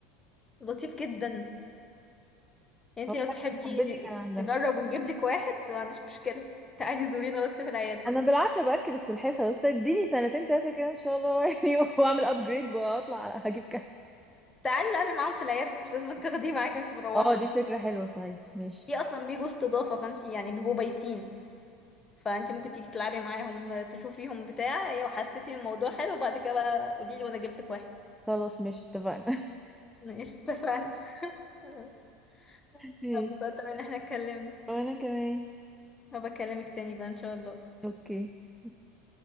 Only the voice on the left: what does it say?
لطيف جدا يعني انت
لو تحبي
نجرب ونجيب لك واحد ما عنديش مشكلة تعالي زورينا بس في العيادة
تعالي نعمل معاهم في العيادة مش لازم تاخديه معاكي وانت مروحة
في اصلا بيجوا استضافة فانت يعني بيبقوا بايتين فانت ممكن تيجي تلعبي معاهم تشوفيهم بتاع لو حسيتي الموضوع حلو بعد كده بقى قولي لي وانا جبت لك واحد
ماشي اتفقنا <laughs> بس
اتبسطت ان احنا اتكلمنا
هبقى اكلمك تاني بقى ان شاء الله